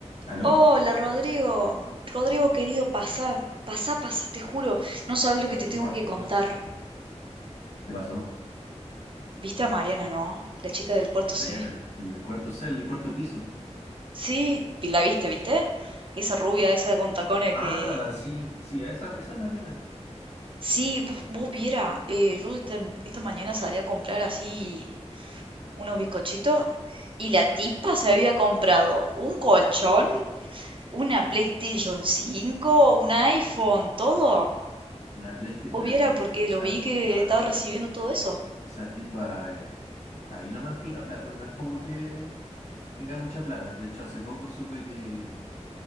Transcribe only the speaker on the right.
Hola Rodrigo, Rodrigo querido, pasá, pasá, pasá, te juro, no sabes lo
que te tengo
que
contar.
¿Viste a Mariana, no? La chica del cuarto C.
Sí, vi- la viste, ¿viste? Esa rubia, esa con tacones
que...
Sí, vos, vos viera, eh, yo esta, esta mañana salí a comprar así unos bizcochitos y la
tipa se había comprado un colchón, una PlayStation 5, un iPhone, todo.
Vos
viera
porque
lo vi
que estaba recibiendo todo eso.